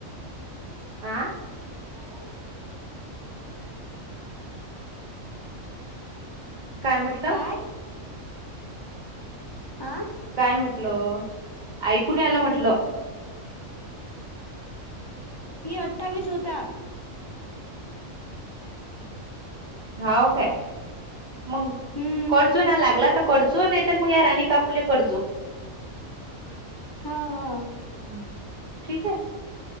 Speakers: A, on the right; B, on the left.
A: आह <unintelligible>
B: ला
A: काय म्हटलं?
B: त <inaudible> काय आं
A: काय म्हटलं ऐकून यालं म्हटल
B: मी <unintelligible> अठ्ठावीस हुतात
A: हाव काय मग
B: हम्म
A: कजुना <unintelligible> लागला तर कजुून <unintelligible> य या रणी काकुले करजो
B: हा हा अर
A: हं. ठीक आहे?